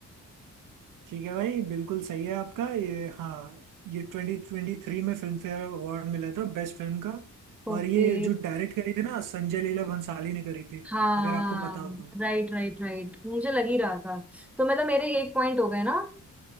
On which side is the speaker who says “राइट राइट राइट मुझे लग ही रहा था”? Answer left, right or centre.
Centre